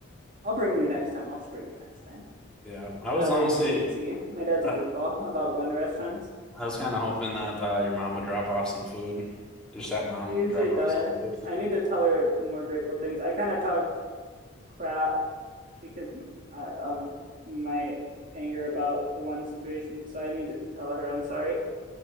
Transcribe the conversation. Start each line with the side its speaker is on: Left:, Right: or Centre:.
Right: I'll bring you next time. I'll just bring you next time.
Centre: Yeah, I
Right: So
Centre: was
Right: that
Centre: honestly.
Right: way you can see. My dad's
Centre: uh,
Right: a goofball about going to restaurants.
Centre: I was kind of hoping that uh, your mom would drop off some food. Just that mom
Right: She usually
Centre: would drop
Right: does.
Centre: off some food.
Right: I need to tell her more grateful things. I kind of talked crap because uh, of my anger about the one situation. So I need to tell her I'm sorry.